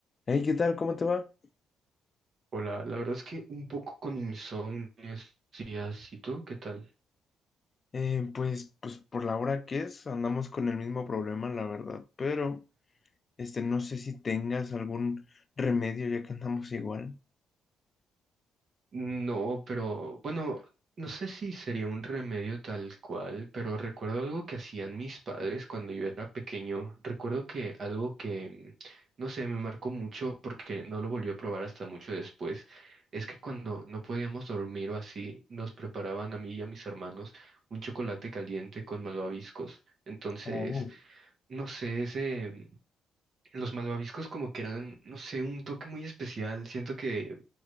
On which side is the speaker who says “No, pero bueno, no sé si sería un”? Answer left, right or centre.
Right